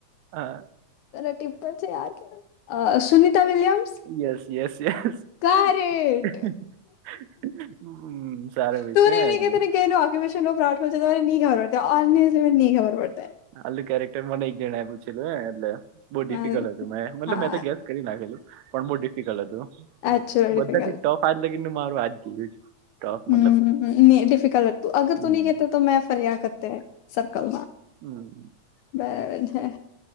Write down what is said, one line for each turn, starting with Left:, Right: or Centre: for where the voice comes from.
Right: આ
Left: અને ટીમ્પલા છે યાર શું કહેવાય આ Sunita Williams.
Right: Yes yes yes.
Left: કરેટ
Right: <unintelligible> હમ્મ સારું ભી
Left: તુંને
Right: છે
Left: એમ નહી
Right: એટલે.
Left: કે એનું ઓક્યુપેશન નો પ્રાઉડફુલ છે તો મને ની ખબર પડતે <unintelligible> મે ની ખબર પડતે.
Right: હાલું કેરેક્ટર મને એક જણા એ પૂછેલું હે એટલે બહુ
Left: પડતી
Right: ડિફિકલ્ટ હતું મેં મતલબ
Left: હા
Right: મે તો ગેસ્ટ કરી નાખેલું પણ બહુ ડિફિકલ્ટ હતું
Left: એકચુઅલી ડિફિકલ્ટ
Right: બધા થી ટફ આજ લાગી નું મારું આજ ગયું. ટફ
Left: હમ્મ
Right: મતલબ
Left: હામ ની ડિફિકલ્ટ હતું. તો અગર
Right: હમ
Left: તું નહી કેતા તો મેં ફરિયા કરતે હે સર્કલમાં.
Right: હમ
Left: બરાબર છે